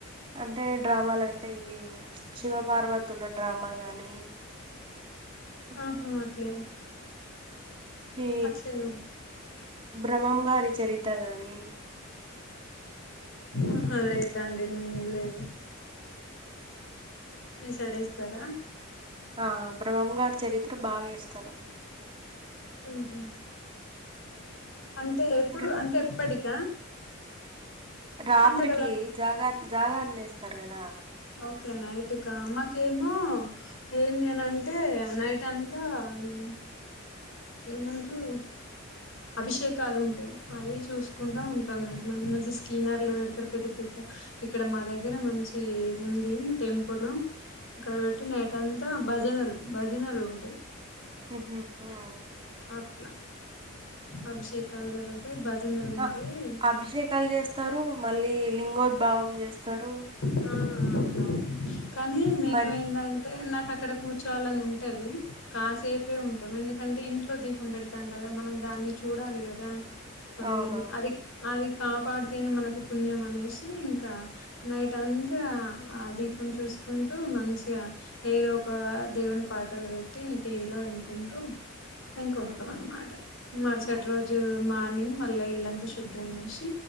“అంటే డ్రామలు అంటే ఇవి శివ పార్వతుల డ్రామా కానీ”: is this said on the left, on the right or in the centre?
Right